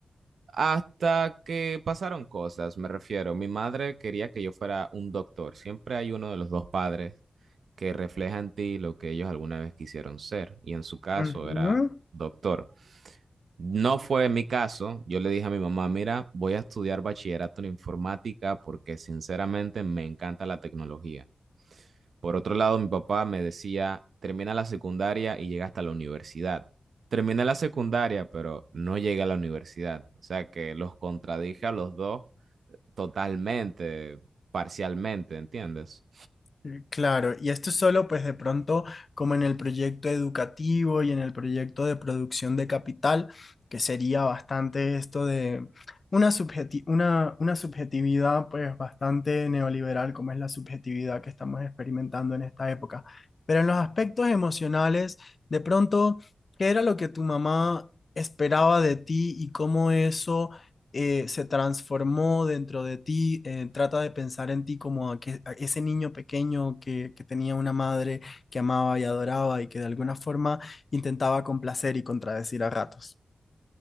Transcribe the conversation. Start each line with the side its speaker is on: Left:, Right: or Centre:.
Right: Hasta que pasaron cosas, me refiero. Mi madre quería que yo fuera un doctor. Siempre hay uno de los dos padres que refleja en ti lo que ellos alguna vez quisieron ser, y en su caso
Left: Ujú.
Right: era doctor. No fue mi caso, yo le dije a mi mamá, mira, voy a estudiar bachillerato en informática porque sinceramente me encanta la tecnología. Por otro lado, mi papá me decía, termina la secundaria y llega hasta la universidad. Terminé la secundaria, pero no llegué a la universidad. O sea que los contradije a los dos eh, totalmente, parcialmente, ¿entiendes?
Left: Eh, Claro, y esto es solo pues de pronto como en el proyecto educativo y en el proyecto de producción de capital, que sería bastante esto de una, subjeti- una, una subjetividad pues bastante neoliberal como es la subjetividad que estamos experimentando en esta época. Pero en los aspectos emocionales, de pronto, ¿qué era lo que tu mamá esperaba de ti y cómo eso eh, se transformó dentro de ti, eh, trata de pensar en ti como a que, a ese niño pequeño que, que tenía una madre que amaba y adoraba y que de alguna forma intentaba complacer y contradecir a ratos.